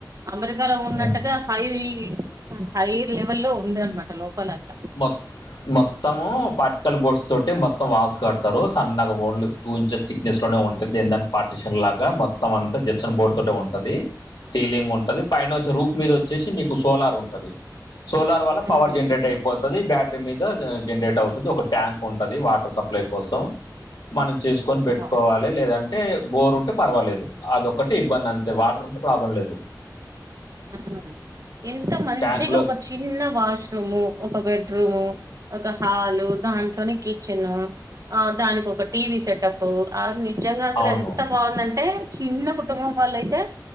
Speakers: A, on the right; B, on the left.
A: అమెరికాలో ఉన్న
B: ఉమ్.
A: హై హై లెవెల్ లో ఉంది అనమాట లోపల అంత
B: మొ మొత్తము <unintelligible> మొ మొత్తం వాల్స్ కడతారు సన్నగా ఓన్లీ టూ ఇంచెసిటిటేస్ లోనే ఉంటాంది దేని దాన్ని పార్టిషన్ లాగ మొ మొత్తం అంతా జెప్సన్ బోర్డు తోటే ఉంటది, సీలింగ్ ఉంటది, పైన వచ్చి రూఫ్ మీద వచ్చేసి నీకు సోలార్ ఉంటుంది. సోలార్ వల్ల
A: ఉమ్,
B: పవర్ జనరేట్ అయిపోతది. బ్యా మీద జనరేట్ అవుతుది, ఒక ట్యాంక్ ఉంటంది వాటర్ సప్లై కోసం మనం చేసుకొని పెట్టుకోవా
A: వా-
B: లేదంటే బోర్ ఉంటే పర్వాలేదు అదొక్కటి ఇబ్బంది అంతే వాటర్ ఉంటే ప్రాబ్లం లేదు
A: ఉమ్. ఎంత మంచిగా
B: ట్యాంక్లో
A: ఒక చిన్న వాష్రూమ్ ఒక బె <unintelligible> రూమ్ ఒక హల్ దాంట్లోని కిచెన్ ఆ దానికి ఒక టీవి సె అ నిజంగా అసలు
B: అవును
A: ఎంత బాగుందంటే చిన్న కుటుంబం వాళ్ళ అయితే